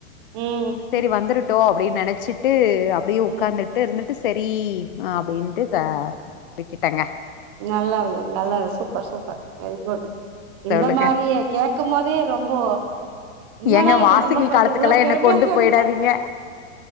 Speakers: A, on the right; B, on the left.
A: ம்
B: செரி வந்துருட்டோ அப்டின் நெனச்சிட்டு அப்டியே
A: ம்
B: உக்காந்துட்டு இருந்துட்டு செரி அப்டின்ட்டு க விட்டுட்டங்க
A: நல்லாருந்த நல்லா சூப்பர் சூப்பர் வெரி குட் இந்த
B: சொல்லுங்க
A: மாரியே கேக் இக்கும்போதே ரொம்போ என்னடா
B: ஏங்க
A: இது
B: வாசகி
A: நம்ம ஃபிரெண்டு
B: காலத்துக்கெல்லா
A: இவ்ளோ பெருமையா
B: என்ன கொண்டு
A: இருக்காங்க
B: போயிடாதீங்க